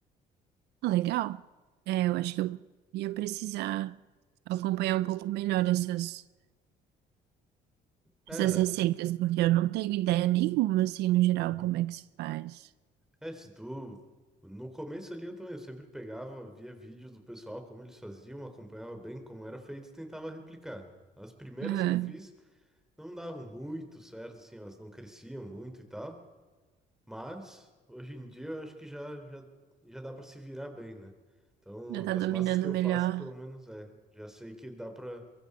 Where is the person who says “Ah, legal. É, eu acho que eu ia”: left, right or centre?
Right